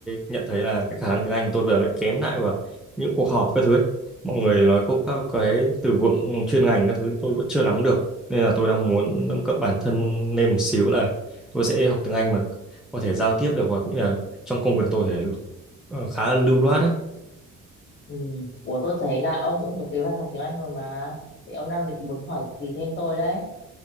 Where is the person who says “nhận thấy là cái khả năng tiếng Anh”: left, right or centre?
Centre